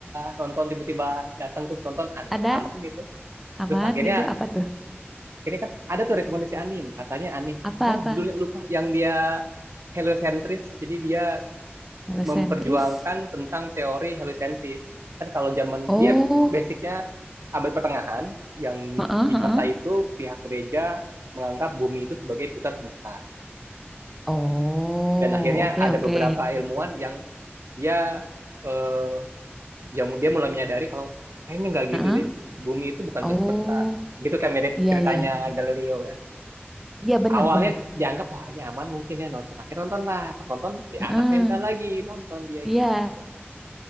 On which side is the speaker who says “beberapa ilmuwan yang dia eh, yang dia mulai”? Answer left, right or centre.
Right